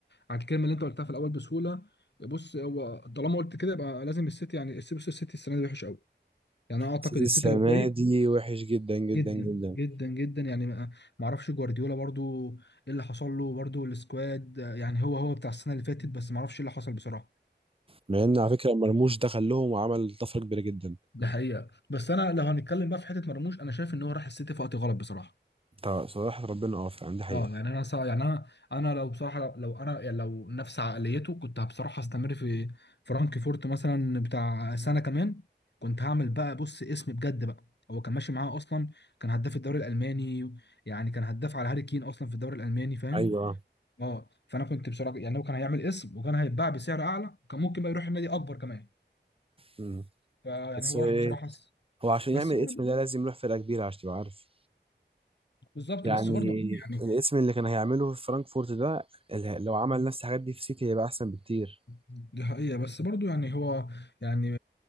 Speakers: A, on the left; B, on the right.
A: على الكلمه اللي انت قلتها في الاول بسهوله بص هو طالما قلت كده يبقى لازم السيتي يعني السيتي بص، السيتي السنه دي وحش قوي يعني انا اعتقد
B: سيتي
A: السيتي
B: السنة
A: لو فايق
B: دي وحش جدا جدا
A: جدا
B: جدا
A: جدا جدا يعني ما ما اعرفش جوارديولا برضو ايه اللي حصل له برضو السكواد يعني هو هو بتاع السنه اللي فاتت بس ما اعرفش ايه اللي حصل بصراحه
B: مع ان على فكرة مرموش دخل لهم وعمل طفرة كبيرة جدا
A: ده حقيقه بس انا لو هنتكلم بقى في حته مرموش انا شايف ان هو راح السيتي في وقت غلط بصراحه
B: طب صراحة ربنا اه فعلا دي حقيقة
A: اه يعني انا صع... يعني انا انا لو بصراحه لو, لو انا يعني لو نفس عقليته كنت بصراحه استمر في فرانكفورت مثلا بتاع سنه كمان كنت هعمل بقى بص اسم بجد بقى هو كان ماشي معاه اصلا كان هداف الدوري الالماني يعني كان هداف على هاري كين اصلا في الدوري الالماني فاهم
B: ايوه
A: اه فانا كنت بصراحه يعني هو كان هيعمل اسم وكان هيتباع بسعر اعلى كان ممكن بقى يروح النادي اكبر كمان
B: مم.
A: فيعني
B: بس
A: هو
B: هو
A: راح
B: ايه
A: بصراحه
B: هو عشان
A: بس
B: يعمل
A: برضه
B: الاسم ده لازم يروح فرقة كبيرة عشان تبقى عارف
A: بالظبط
B: يعني
A: بس برضه يعني
B: الاسم اللي كان هيعمله في فرانكفورت ده اللي- لو عمل نفس الحاجات دي في سيتي هيبقى احسن بكتير
A: دي حقيقة بس برضو يعني هو يعني